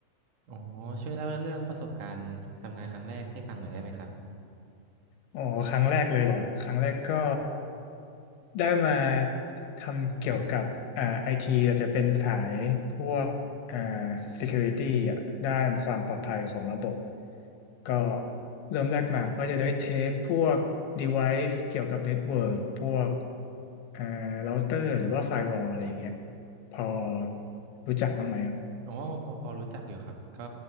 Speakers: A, on the right; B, on the left.
A: อ๋อช่วยเล่าเรื่องประสบการณ์ทำงานครั้งแรกให้ฟังหน่อยได้ไหมครับ
B: อ๋อครั้งแรกเลยเหรอ ครั้งแรกก็ ได้มาทำเกี่ยวกับอ่าไอทีเราจะเป็นสายพวกอ่า security อ่ะด้านความปลอดภัยของระบบก็เริ่มแรกมาก็จะได้เทสพวก device เกี่ยวกับ network พวกอ่า router หรือว่า firewall อะไรอย่างเงี้ยพอรู้จักบ้างไหมอ่ะ
A: อ๋อพอพอรู้จักอยู่ครับก็